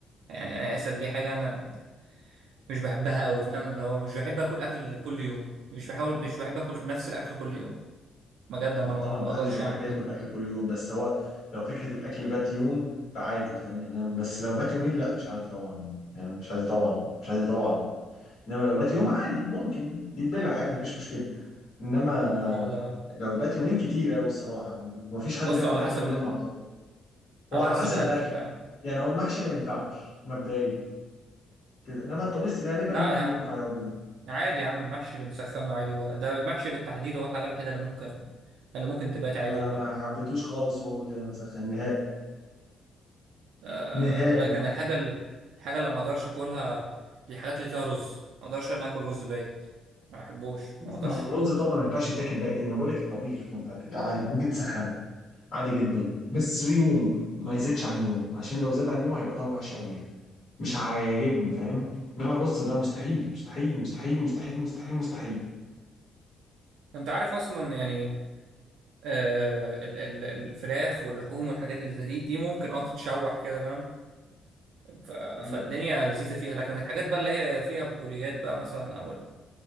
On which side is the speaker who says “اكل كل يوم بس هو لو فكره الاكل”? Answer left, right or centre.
Left